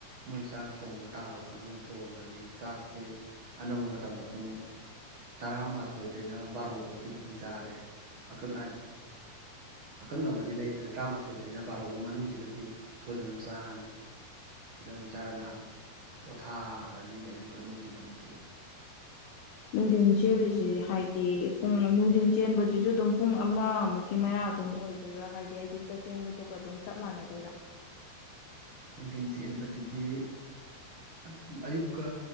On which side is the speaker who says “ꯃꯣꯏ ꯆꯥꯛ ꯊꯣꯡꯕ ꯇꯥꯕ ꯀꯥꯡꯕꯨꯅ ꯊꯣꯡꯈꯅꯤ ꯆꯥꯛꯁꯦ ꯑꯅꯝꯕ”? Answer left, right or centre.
Right